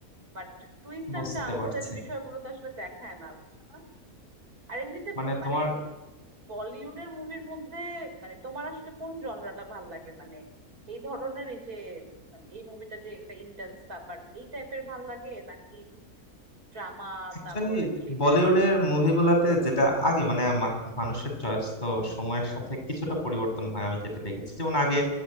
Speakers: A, on the right; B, on the left.
A: বাট টুইস্ট অ্যান্ড
B: বুঝতে
A: টার্নস
B: পারছি
A: এর বিষয়গুলো তো আসলে দেখায় না বুঝছো না? আর এমনিতে
B: মানে
A: মানে
B: তোমার
A: বলিউডের মুভির মধ্যে মানে তোমার আসলে কোন জনরাটা ভাল লাগে মানে এই ধরনের এই যে মানে এই মুভিটা যে একটা ইন্টেন্স ব্যাপার এই টাইপের ভাল লাগে নাকি ড্রামা
B: অ্যাকচুয়ালি
A: তারপরে থ্রিলার
B: বলিউডের মুভিগুলাতে যেটা আগে মানে মা- মানুষের চয়েস তো সময়ের সাথে কিছুটা পরিবর্তন হয় আমি যেটা দেখেছি যেমন আগে